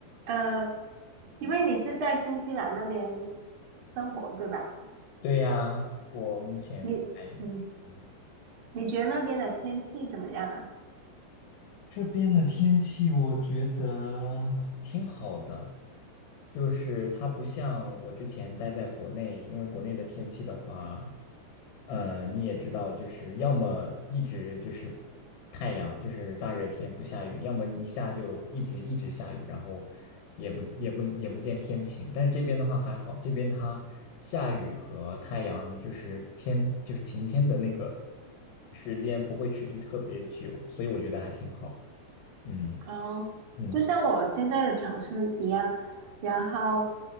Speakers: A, on the right; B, on the left.
A: 呃，因为你是在新西兰那边生活，对吧？
B: 对呀，我目前在，
A: 你，嗯，
B: 嗯，
A: 你觉得那边的天气怎么样啊？
B: 这边的天气我觉得挺好的，就是它不像我之前待在国内，因为国内的天气的话，呃，你也知道，就是要么一直就是太阳，就是大热天不下雨，要么一下就一直一直下雨，然后也不也不也不见天晴。但是这边的话还好，这边它下雨和太阳就是天就是晴天的那个时间不会持续特别久，所以我觉得还挺好。嗯
A: 哦，
B: 嗯
A: 就像我现在的城市一样，然后